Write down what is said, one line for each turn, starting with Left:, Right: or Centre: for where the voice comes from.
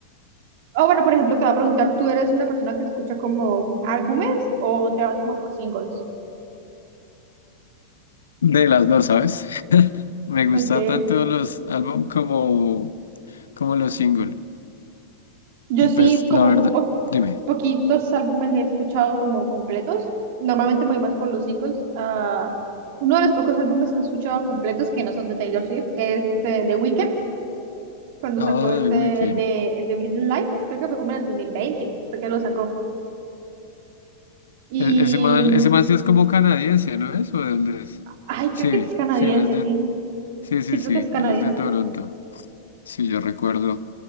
Right: Oh, bueno, por ejemplo, te voy a preguntar, ¿tú eres una persona que escucha como álbumes o te vas como por singles?
Left: de las dos, ¿sabes? <laughs> Me gusta
Right: Okay.
Left: tanto los álbum como, como los singles.
Right: Yo
Left: Y
Right: sí,
Left: pues
Right: como
Left: la verdad,
Right: po-
Left: dime.
Right: poquitos álbumes he escuchado como completos. Normalmente me voy más por los singles. Ah, uno de los pocos álbumes que he escuchado completos que no son de Taylor Swift es este The Weeknd, cuando
Left: Ah,
Right: sacó este,
Left: The Weeknd.
Right: el de, el de Blinding Lights. Creo que fue como en el 2020, fue que lo sacó. Y...
Left: E- Ese man, ese man sí es como canadiense, ¿no es? ¿O de dónde es?
Right: Ay,
Left: Sí,
Right: creo que sí es canadiense,
Left: sí, él es de,
Right: sí.
Left: sí, sí,
Right: Sí, creo
Left: sí,
Right: que es canadiense.
Left: él es de Toronto. Sí, yo recuerdo.